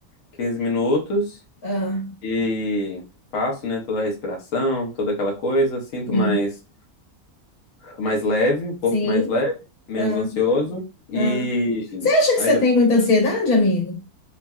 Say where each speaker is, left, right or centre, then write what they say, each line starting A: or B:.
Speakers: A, on the left; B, on the left.
A: 15 minutos
B: ah,
A: e faço, né, toda a respiração, toda aquela coisa. Sinto
B: Sim.
A: mais, mais leve, o corpo
B: sim.
A: mais leve, menos
B: Ah,
A: ansioso. E
B: ah. Você acha que
A: aí
B: você
A: depois.
B: tem muita ansiedade, amigo?